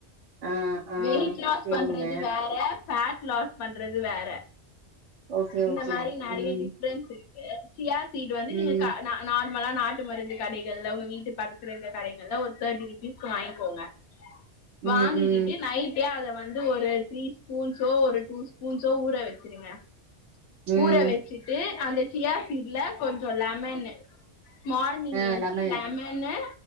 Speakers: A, on the right (about 85°); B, on the left (about 65°).
A: ஆ ஆ
B: வெயிட்லாஸ்
A: சேரிங்க
B: பண்றது வேற ஃபேட் லாஸ் பண்றது வேற
A: ஓகே
B: இந்த
A: ஓகே
B: மாரி நெறைய
A: ம்
B: டிஃப்ரென்ஸ் இருக்கு சியா சீடு வந்து
A: ம்
B: நீங்க க நா நார் மலா நாட்டு மருந்து கடைகள்ல உங்க வீட்டு பக்கத்துல இருக்க கடைங்கள்ல ஒரு தேர்ட்டி ருபீஸ்கு வாங்கிக்கோங்க வாங்கிக்கிட்டு
A: ம் ம்
B: நைட்டே அத வந்து ஒரு த்ரீ ஸ்பூன்ஸோ ஒரு டூ ஸ்பூன்ஸோ ஊற வச்சிருங்க
A: ம்
B: ஊற வச்சுட்டு அந்த சியாசீட்ல கொஞ்ச லமனு மார்னிங்
A: ஆ
B: ஏஞ்ச்சு
A: லெமன்
B: லெமன்னு